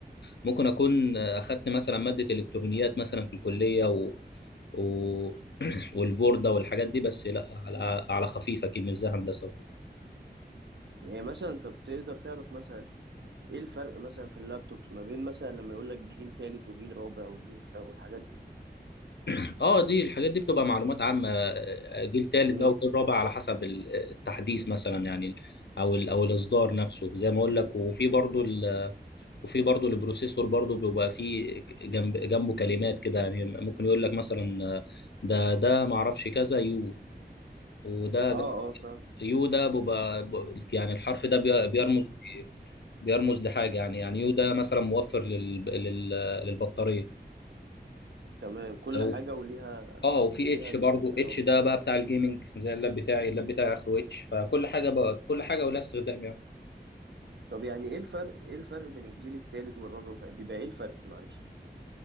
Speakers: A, on the left (about 75°); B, on the right (about 90°).
A: ممكن اكون اخدت مثلا مادة الكترونيات مثلا في الكلية و... و... <clears throat> والبوردة والحاجات دي بس لا على على خفيف اكيد مش زي هندسة وكده
B: يعني مثلا انت بتقدر تعرف مثلا ايه الفرق مثلا في اللابتوبس ما بين مثلا لما يقول لك جيل تالت وجيل رابع وجيل خ- والحاجات دي
A: <clears throat> اه دي الحاجات دي بتبقى معلومات عامة آه، جيل تالت
B: امم
A: بقى وجيل رابع على حسب ال- التحديث مثلا يعني او ال... او الاصدار نفسه زي ما اقول لك وفي برضو وفي برضه البروسيسور برضه بيبقى فيه جنب جنبه كلمات كده يعني ممكن يقول لك مثلا ده ده ما اعرفش كذا يو وده
B: اه
A: جنب
B: اه فاهم
A: يو ده بيبقى بيبقى- يعني الحرف ده بي- بيرمز بيرمز لحاجه يعني يعني يو ده مثلا موفر لل لل للبطاريه
B: تمام كل
A: او
B: حاجة وليها
A: اه وفي
B: وليها
A: اتش
B: الرمز
A: برضه اتش ده بقى بتاع الجيمنج زي اللاب بتاعي اللاب بتاعي اخره اتش فكل حاجه بقى كل حاجه ولها استخدام يعني
B: طب يعني ايه الفرق ايه الفرق بين الجيل التالت والرابع بيبقى ايه الفرق معلش